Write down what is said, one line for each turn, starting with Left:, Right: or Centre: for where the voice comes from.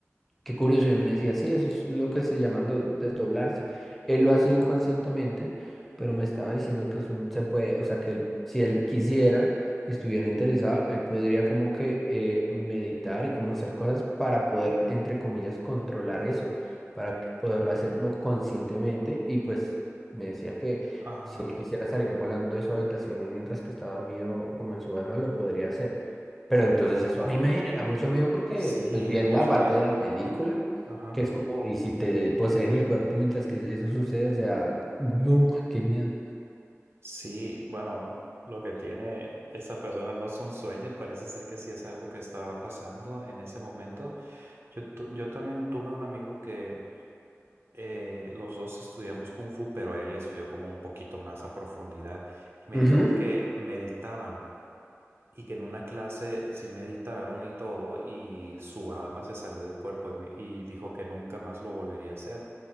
Centre: Qué curioso, y él me decía, sí, eso es lo que se llaman do- desdoblarse. Él lo hacía inconscientemente, pero me estaba diciendo que es un, se puede, o sea, que él, si él quisiera y estuviera interesado, él podría como que eh, meditar y como hacer cosas para poder, entre comillas, controlar eso, para que- poderlo hacerlo conscientemente. Y pues me decía que
Right: ajá,
Centre: si él quisiera salir volando de su habitación mientras que está dormido, como en su alma, lo podría hacer. Pero entonces eso a mí me genera mucho miedo porque
Right: sí,
Centre: pues viene
Right: es mucho
Centre: la parte
Right: miedo,
Centre: de la película,
Right: ajá,
Centre: que es como, y si te poseen el cuerpo mientras que eso sucede, o sea, no, qué miedo.
Right: sí, bueno. Lo que tiene esa persona no son sueños, parece ser que sí es algo que estaba pasando en ese momento. Yo, tu- yo también tuve un amigo que eh, los dos estudiamos Kung Fu, pero él estudió como un poquito más a profundidad y me
Centre: Ujú.
Right: dijo que meditaban y que en una clase sí meditaron y todo, y su alma se salió del cuerpo y, me- y dijo que nunca más lo volvería a hacer.